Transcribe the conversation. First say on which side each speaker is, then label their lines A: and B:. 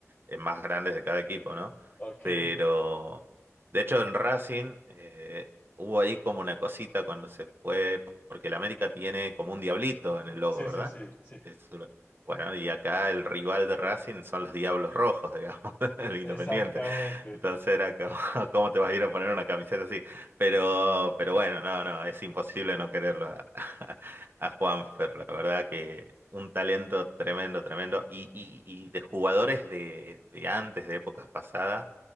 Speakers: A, on the right; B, on the left.
A: eh, más grandes de cada equipo, ¿no?
B: Ok.
A: Pero, de hecho, en Racing eh, hubo ahí como una cosita cuando se fue, porque el América tiene como un diablito en el logo,
B: Sí, sí, sí, sí.
A: es una- Bueno, y acá el rival de Racing son los Diablos Rojos, digamos, <laughs> el
B: Exactamente.
A: Independiente. Entonces era como, <laughs> ¿cómo te vas a ir a poner una camiseta así? Pero, pero bueno, no, no, es imposible no quererlo a, <laughs> a Juanfer, la verdad que un talento tremendo, tremendo. Y, y, y de jugadores de, de antes, de épocas pasadas,